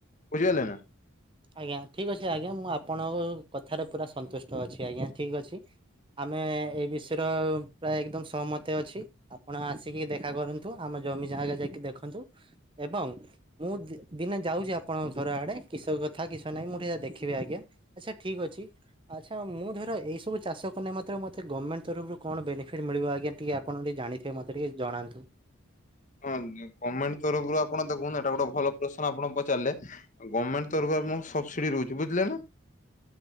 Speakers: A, on the left (about 35°); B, on the right (about 25°).
A: ବୁଝିହେଲନା।
B: ଆଜ୍ଞା ଠିକ ଅଛି ଆଜ୍ଞା ମୁଁ ଆପଣଙ୍କ କଥାରେ ପୁରା ସନ୍ତୁଷ୍ଟ ଅଛି ଆଜ୍ଞା ଠିକ ଅଛି। ଆମେ ଏ ବିଷୟରେ ପ୍ରାୟ ଏକଦମ ସହମତି ଅଛି। ଆପଣ ଆସିକି ଦେଖା କରନ୍ତୁ ଆମ ଜମି ଜାଗା ଯାଇକି ଦେଖନ୍ତୁ ଏବଂ ମୁଁ ଦିନେ ଯାଉଛି ଆପଣଙ୍କ ଘର ଆଡେ କିଷ କଥା କିଛି ନହିଁ ମୁଁ ଟିକେ ଦେଖିବି ଆଜ୍ଞା ଆଚ୍ଛା ଠିକ ଅଛି। ଆଚ୍ଛା ମୁଁ ଧର ଏଇସବୁ ଚାଷ କଲେ ମୋତେ ଗମେଣ୍ଟ ତରଫରୁ କଣ ବେନିଫିଟ ମିଳିବ ଆଜ୍ଞା ଟିକେ ଆପଣି ଯଦି ଜଣିଥିବେ ମତେ ଟିକେ ଜଣାନ୍ତୁ।
A: ହଁ ଗମେଣ୍ଟ ତରଫରୁ ଆପଣ ଦେଖନ୍ତୁ ଏଇଟା ଗୋଟେ ଭଲ ପ୍ରଶ୍ନ ଆପଣ ପଚାରିଲେ। ଗମେଣ୍ଟ ତରରୁ ଆମ ସବସିଡି ରହୁଚି ବୁଝିଲେ ନା।